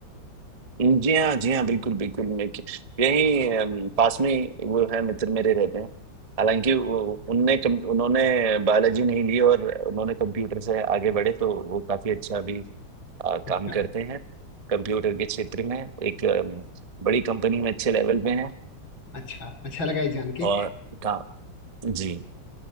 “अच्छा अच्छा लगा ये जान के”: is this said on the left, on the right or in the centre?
Left